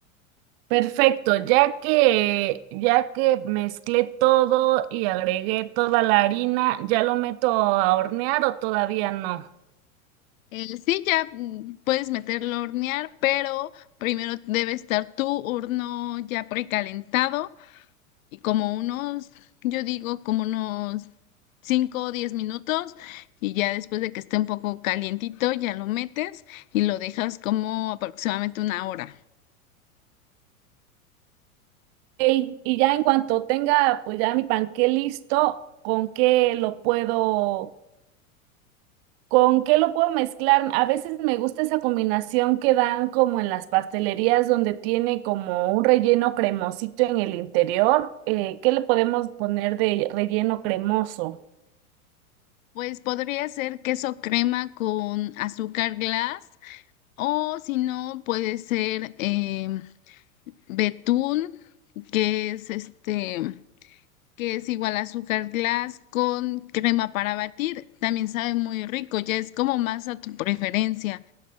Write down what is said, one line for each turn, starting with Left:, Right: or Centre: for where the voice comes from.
Right: Perfecto, ya que ya que mezclé todo y agregué toda la harina, ¿ya lo meto a hornear o todavía no?
Left: Eh, sí, ya mm, puedes meterlo a hornear, pero primero debe estar tu horno ya precalentado y como unos, yo digo, como unos 5 o 10 minutos y ya después de que esté un poco calientito, ya lo metes y lo dejas como aproximadamente una hora.
Right: Ey, y ya en cuanto tenga pues ya mi panqué listo, ¿con qué lo puedo con qué lo puedo mezclar? A veces me gusta esa combinación que dan como en las pastelerías donde tiene como un relleno cremosito en el interior. Eh, ¿qué le podemos poner de relleno cremoso?
Left: Pues podría ser queso crema con azúcar glass o si no, puede ser em, betún, que es este... que es igual azúcar glass con crema para batir, también sabe muy rico, ya es como más a tu preferencia.